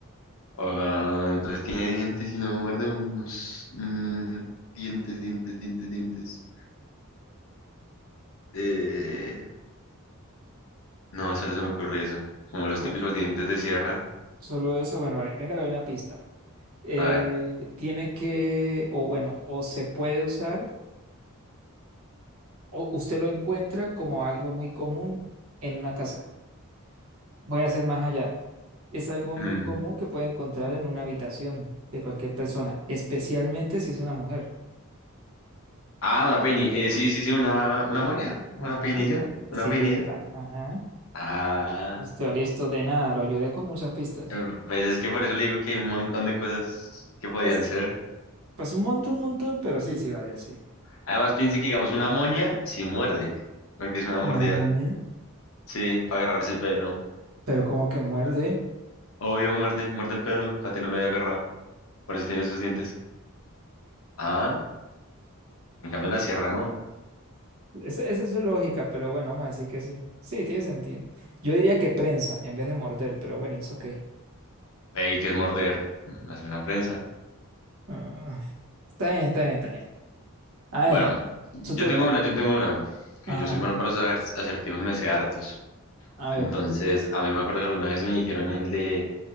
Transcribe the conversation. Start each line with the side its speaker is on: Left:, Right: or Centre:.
Left: Ah, entonces tiene dientes y no muerde unos mm, dientes, dientes, dientes, dientes. Eh, no, solo se me ocurre eso. Como los
Right: So-
Left: típicos dientes de sierra.
Right: Solo eso, bueno, a ver, venga, le doy una pista. Eh,
Left: A ver.
Right: tiene que, o bueno, o se puede usar. O usted lo encuentra como algo muy común en una casa. Voy a hacer más allá. Es algo muy
Left: mm,
Right: común que puede encontrar en una habitación de cualquier persona, especialmente si es una mujer.
Left: Ah, una peinilla. Eh, sí, sí, sí, una, una moña.
Right: Ajá,
Left: Una
Right: ajá.
Left: peinilla.
Right: Sí,
Left: Una peinilla.
Right: epa, ajá.
Left: Ah,
Right: Listo, listo, de nada, lo ayudé con muchas pistas.
Left: eh, pues es que por eso le digo que hay un montón de cosas que podían
Right: Pues,
Left: ser.
Right: pues un montón, un montón, pero sí, sí, varias, sí.
Left: Además, piense que, digamos, una moña sí muerde, porque es una mordida.
Right: Una moña.
Left: Sí, para agarrarse el pelo.
Right: Pero como que muerde.
Left: Obvio, muerde, muerde el pelo para tenerlo ya agarrado. Por eso tiene esos dientes. Ah, en cambio, la sierra no.
Right: Esa, esa es su lógica, pero bueno, vamos a decir que sí. Sí, tiene sentido. Yo diría que prensa en vez de morder, pero bueno, it's okay.
Left: Ahí que es morder. mm, Hace una prensa.
Right: Ah, Está bien, está bien, está bien. A ver,
Left: Bueno, yo
Right: su turno.
Left: tengo una, yo tengo una. Que
Right: Ajá,
Left: yo soy
Right: ajá.
Left: bueno para los acer- acertijos, me sé hartos.
Right: A
Left: Entonces,
Right: ver.
Left: a mí me acuerdo que alguna vez me dijeron el de,